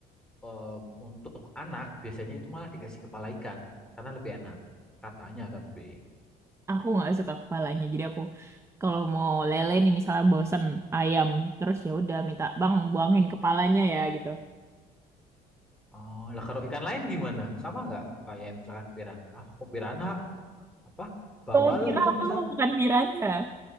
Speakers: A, in the centre; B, on the right (about 15°).
A: em, untuk anak biasanya itu malah dikasih kepala ikan karena lebih enak katanya tapi
B: aku nggak suka kepalanya jadi aku kalau mau lele nih misalnya bosen ayam terus ya udah minta bang buangin kepalanya ya gitu
A: oh lah kalau ikan lain gimana sama nggak kayak misalkan piranha ah kok piranha apa bawal
B: kamu kira
A: gitu
B: aku
A: misal
B: mau makan piranha